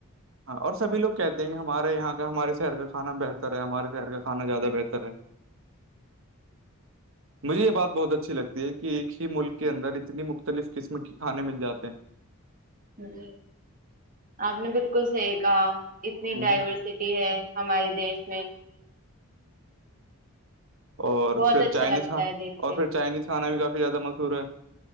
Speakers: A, on the right; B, on the right.
A: ہاں اور سبھی لوگ کہتے ہیں کہ ہمارے یہاں کا ہمارے شہر کا کھا بہتر ہے ہمارے شہر کا کانا زیادہ بہتر ہے مجھے یہ بات بہت اچھی لگتی ہے کہ ایک ہی ملک کے اندر اتنی مختلف قسم کے کھانے مل جاتے ہیں
B: جی آپ نے بالکل صحیح کہا اتنی
A: ہ
B: ڈائیورسٹی ہے ہمارے دیش میں
A: اور
B: بہت
A: پھر
B: اچھا
A: چائنیز
B: لگتا
A: ہ
B: ہے دیکھ
A: اور
B: کے
A: پھر چائنیز کھانا بھی کافی زیادہ مشہور ہے